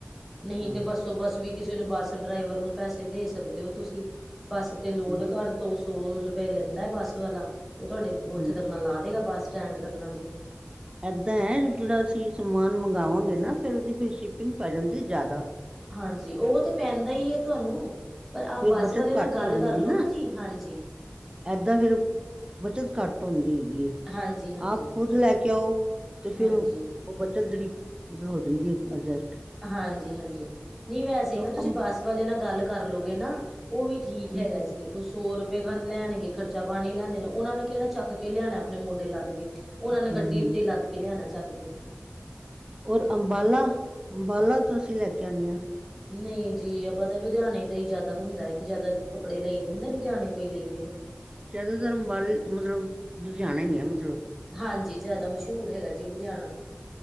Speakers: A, on the right; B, in the centre.
A: ਅੱਛਾ
B: ਨਹੀਂ ਤੇ ਬੱਸੋ ਬੱਸ ਵੀ ਕਿਸੇ ਨੂੰ ਬੱਸ ਡਰਾਈਵਰ ਨੂੰ ਪੈਸੇ ਦੇ ਸਕਦੇ ਹੋ ਤੁਸੀਂ। ਬੱਸ ਤੇ ਲੋੜ
A: ਹੂੰ
B: ਘੱਟ ਦੋ ਸੌ ਰੁਪਏ ਲੈਂਦਾ ਹੈ ਬੱਸ ਵਾਲਾ। ਉਹ ਤੁਹਾਡੇ ਉੱਥੇ
A: ਹੂੰ
B: ਤੱਕ ਨਾ ਲਾ ਦੇਗਾ ਬੱਸ ਸਟੈਂਡ ਤੱਕ ਨਾ ਜੀ।
A: ਏਦਾਂ ਹੈ ਜਿਹੜਾ ਅਸੀਂ ਸਮਾਨ ਮੰਗਵਾਂਗੇ ਨਾ ਫੇਰ ਉਹਦੀ ਫਿਰ ਸ਼ਿਪਿੰਗ ਪੈ ਜਾਂਦੀ ਜ਼ਿਆਦਾ।
B: ਹਾਂਜੀ ਉਹ ਤੇ। ਪੈਂਦਾ ਹੀ ਹੈ ਤੁਹਾਨੂੰ ਪਰ ਆ
A: ਫਿਰ
B: ਬੱਸ
A: ਬੱਚਤ
B: ਵਾਲੇ ਨਾਲ
A: ਘੱਟ
B: ਗੱਲ
A: ਹੋ ਜਾਂਦੀ
B: ਕਰਲੋ ਨਾ ਜੀ ਹਾਂਜੀ।
A: ਏਦਾਂ ਫਿਰ ਬੱਚਤ ਘੱਟ ਹੁੰਦੀ ਹੈਗੀ ਹੈ।
B: ਹਾਂਜੀ ਹਾਂਜੀ
A: ਆਪ ਖੁਦ ਲੈ ਕੇ ਆਓ। ਤੇ ਫੇਰ
B: ਹਾਂਜੀ
A: ਉਹ ਬੱਚਤ ਜਿਹੜੀ ਮਤਲਬ ਹੋ ਜਾਂਦੀ ਹੈ ਅਜਸਟ।
B: ਹਾਂਜੀ ਹਾਂਜੀ ਨਹੀਂ ਵੈਸੇ
A: ਜੋ
B: ਨਾ ਤੁਸੀਂ
A: ਅਮ
B: ਬੱਸ ਵਾਲੇ ਨਾਲ ਗੱਲ ਕਰਲਓਗੇ ਨਾ। ਉਹ ਵੀ ਠੀਕ
A: ਹਮ
B: ਹੈਗਾ ਜੀ ਉਹ ਸੌ। ਲੈਣਗੇ ਖਰਚਾ ਪਾਣੀ ਲਿਆਂਦੇ ਨੇ ਉਹਨਾਂ ਨੇ ਕਿਹੜਾ ਚੱਕ ਕੇ ਲਿਆਣਾ ਆਪਣੇ ਮੋਢੇ ਲਾ। ਲੱਦ ਕੇ ਉਹਨਾਂ ਨੇ
A: ਹਮ
B: ਗੱਡੀ ਉੱਤੇ ਲੱਦ ਕੇ ਲਿਆਣਾ ਚੱਕ ਕੇ।
A: ਔਰ ਅੰਬਾਲਾ ਅੰਬਾਲਾ ਤੋਂ ਅਸੀਂ ਲੈ ਕੇ ਆਉਦੇ ਹਾਂ।
B: ਨਹੀਂ ਜੀ ਆਪਾਂ ਤਾਂ ਲੁਧਿਆਣੇ ਤੋਂ ਹੀ ਜ਼ਿਆਦਾ ਹੁੰਦਾ ਹੈ। ਕਿ ਜਿਆਦਾ ਕੱਪੜੇ ਲਈ ਦੇ ਹੁੰਦੇ ਲੁਧਿਆਣੇ ਤੋਂ ਹੀ ਲਈ‌।
A: ਜਿਆਦਾ ਤਰ ਅੰਬਾਲਾ ਮਤਲਬ ਲੁਧਿਆਣਾ ਹੀ ਹੈ ਮਤਲਬ।
B: ਹਾਂਜੀ ਜ਼ਿਆਦਾ ਮਸ਼ਹੂਰ ਹੈਗਾ ਜੀ ਲੁਧਿਆਣਾ।